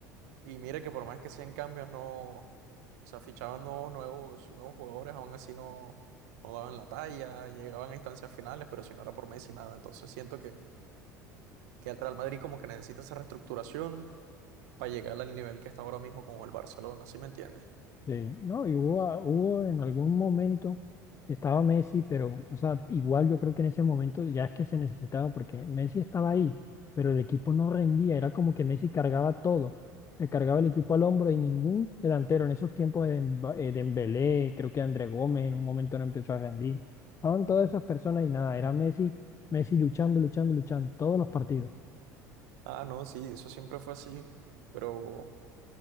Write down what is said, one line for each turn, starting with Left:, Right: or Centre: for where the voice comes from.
Right: Y mire que por más que sean cambios, no, o sea, fichaban nuevos, nuevos, nuevos jugadores, aún así no, no daban la talla, llegaban a instancias finales, pero si no era por Messi, nada. Entonces siento que, que el Real Madrid como que necesita esa reestructuración para llegar al nivel que está ahora mismo con el Barcelona, ¿sí me entiendes?
Left: Sí, no, y hubo, ah, hubo en algún momento, estaba Messi, pero, o sea, igual yo creo que en ese momento ya es que se necesitaba, porque Messi estaba ahí, pero el equipo no rendía, era como que Messi cargaba todo, se cargaba el equipo al hombro y ningún delantero en esos tiempos de, Demba- eh, Dembélé, creo que André Gómez en un momento no empezó a rendir, estaban todas esas personas y nada, era Messi, Messi luchando, luchando, luchando, todos los partidos.
Right: Ah, no, sí, eso siempre fue así, pero